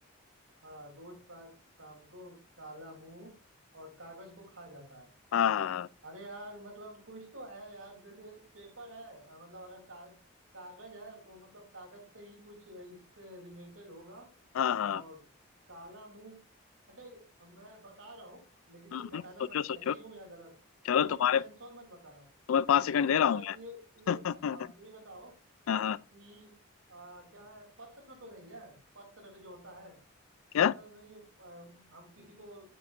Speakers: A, on the right; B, on the left.
A: हाँ रोज शाम शाम को काला मुंह और कागज को खा जाता है
B: हाँ हाँ
A: अरे यार मतलब कुछ तो है यार जैसे पेपर है मतलब अगर का, कागज है तो मतलब कागज से ही कुछ इससे रिलेटेड होगा
B: हाँ हाँ, हाँ।
A: और काला मुंह अच्छा मैं बता रहा हूँ लेकिन
B: हम्म,
A: तुम
B: हम्म,
A: बताना
B: सोचो
A: मैं सही
B: सोचो
A: हूँ या गलत
B: चलो
A: लेकिन
B: तुम्हारे
A: तुम आंसर मत बताना
B: तुम्हें पांच सेकंड दे
A: अच्छा
B: रहा हूँ
A: ये
B: मैं
A: ये हाँ
B: <laughs>
A: ये बताओ
B: हाँ हाँ
A: कि आ, क्या है पत्र तो नहीं है पत्र जो होता है ऐसा
B: क्या
A: तो नहीं है, आ, हम किसी को